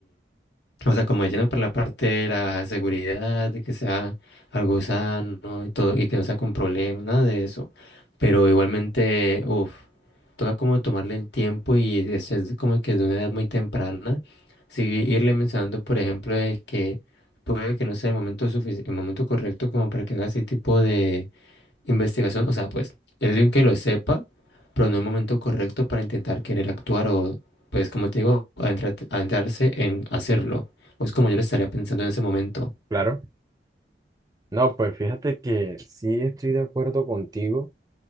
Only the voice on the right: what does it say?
claro. No, pues fíjate que sí estoy de acuerdo contigo.